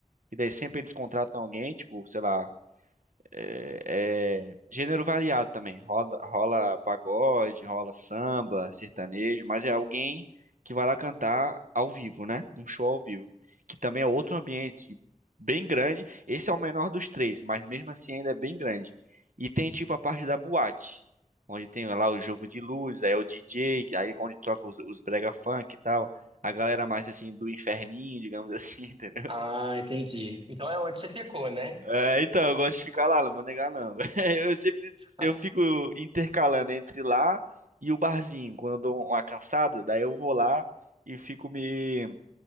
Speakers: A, on the right (about 80°); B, on the right (about 45°).
A: E daí sempre eles contratam alguém, tipo, sei lá é, é, gênero variado também. Rola, rola pagode, rola samba, sertanejo, mas é alguém que vai lá cantar ao vivo, né? Um show ao vivo. Que também é outro ambiente bem grande. Esse é o menor dos três, mas mesmo assim ainda é bem grande. E tem tipo a parte da boate, onde tem lá o jogo de luz, aí é o DJ, que- aí onde troca os, os brega funk e tal. A galera mais assim do inferninho, digamos assim, <laughs>
B: Ah, entendi. Então é onde você ficou, né?
A: É, então, eu gosto de ficar lá, não vou negar não. <laughs> Eu sempre
B: Ah,
A: eu fico intercalando entre lá e o barzinho. Quando eu dou uma cansada, daí eu vou lá e fico me